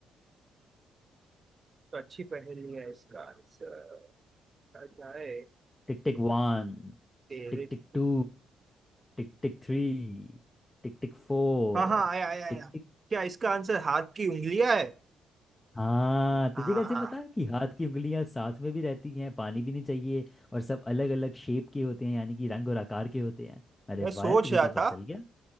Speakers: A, on the right; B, on the left.
A: तो अच्छी पहेली है इसका आंसर क्या जाए तो
B: Tick tick one
A: तेरे
B: tick
A: टिक
B: tick
A: टिक।
B: two tick tick three tick tick four
A: हाँ हाँ आया आया आया
B: tick tick
A: क्या इसका आंसर हाथ की उंगलियां है
B: हाँ
A: हाँ
B: तुझे कैसे पता कि हाथ की उंगलियां साथ में भी रहती हैं पानी भी नहीं चाहिए और सब अलग अलग शेप के होते हैं यानी कि रंग और आकार के होते हैं अरे
A: मैं
B: वाह
A: सोच
B: यार तुझे
A: रहा
B: तो पता
A: था
B: चल गया